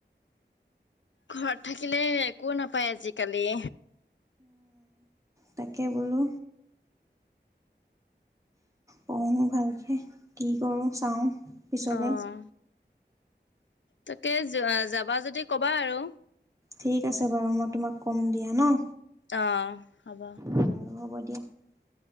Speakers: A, on the left; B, on the right.
A: ঘৰত থাকিলে একো নাপায় আজিকালি।
B: তাকে বোলো। পঢ়ো ভালকে কি কৰো চাওঁ। পিছলে
A: অহ। তাকে যাবা যদি কবা আৰু।
B: ঠিক আছে বাৰু মই তোমাক কম দিয়া ন!
A: অ হ'ব
B: বাৰু <unintelligible>